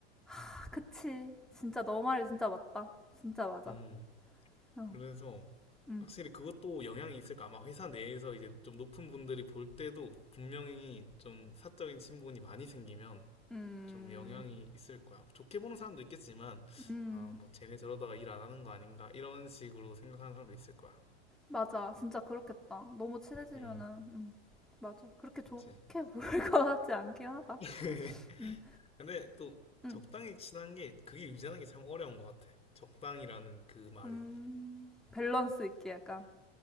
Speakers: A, in the centre; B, on the left.
A: 아, 그치. 진짜 너 말이 진짜 맞다. 진짜 맞아.
B: 음,
A: 응.
B: 그래서
A: 응.
B: 확실히 그것도 영향이 있을까? 아마 회사 내에서 이제 좀 높은 분들이 볼 때도 분명히 좀 사적인 친분이 많이 생기면
A: 음,
B: 좀 영향이 있을 거야. 좋게 보는 사람도 있겠지만,
A: 음,
B: 아, 뭐 쟤네 저러다가 일 안 하는 거 아닌가? 이런 식으로 생각하는 사람도 있을 거야.
A: 맞아. 진짜 그렇겠다. 너무 친해지면은,
B: 음,
A: 음, 맞아. 그렇게 좋게
B: 그치.
A: 보일 <laughs> 것 같지 않긴 하다.
B: <laughs>
A: 음,
B: 근데 또
A: 음,
B: 적당히 친한 게 그게 유지하는 게 참 어려운 것 같아. 적당이라는 그 말이.
A: 음, 밸런스 있게 약간.